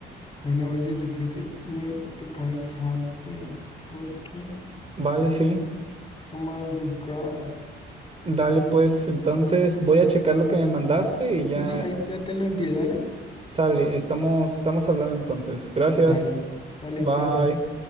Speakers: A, on the left; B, on the right.
A: Bueno, oye, yo creo que me toca dejarte porque
B: Vale, sí,
A: a madrugar.
B: dale pues. Entonces, voy a checar lo que me mandaste y ya
A: Eh, Sí, ahí
B: es-
A: ya te lo envié, dale.
B: sale. Estamos, estamos hablando entonces. Gracias.
A: Dale, dale,
B: Bye.
A: cuídate.